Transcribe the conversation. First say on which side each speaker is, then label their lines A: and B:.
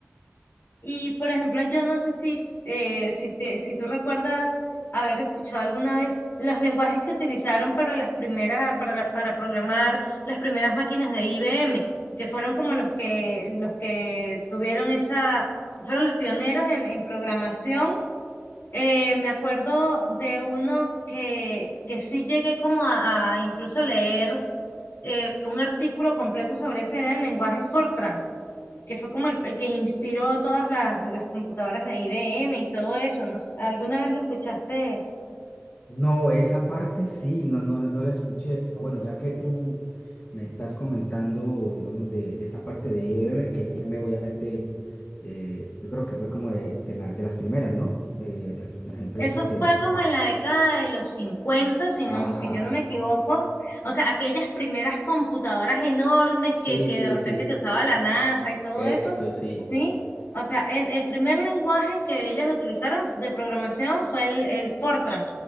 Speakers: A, on the left; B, on the left.
A: Y por ejemplo, yo no sé si, eh, si, te- si tú recuerdas haber escuchado alguna vez los lenguajes que utilizaron para las primeras, para, la- para programar las primeras máquinas de IBM, que fueron como los que, los que tuvieron esa, que fueron los pioneros en, en programación. Eh, me acuerdo de uno que, que sí llegué como a, a incluso leer eh, un artículo completo sobre ese, era el lenguaje Fortran que fue como el, el que inspiró todas las, las computadoras de IBM y todo eso, ¿no? ¿Alguna vez lo escuchaste?
B: No, esa parte sí, no, no, no la escuché. Pero bueno, ya que tú me estás comentando, digamos, de esa parte de IBM, que IBM obviamente, eh, yo creo que fue como de, de la- de las primeras, ¿no? Eh, de las primeras empresas
A: Eso
B: que...
A: fue como en la década de los 50 si
B: Ajá,
A: no, si yo no me equivoco. O sea, aquellas primeras computadoras enormes
B: sí,
A: que, que
B: sí,
A: de repente
B: sí,
A: que usaba la NASA y todo
B: eso
A: eso,
B: sí.
A: ¿sí? O sea, el, el primer lenguaje que ellas utilizaron de programación fue el, el Fortran.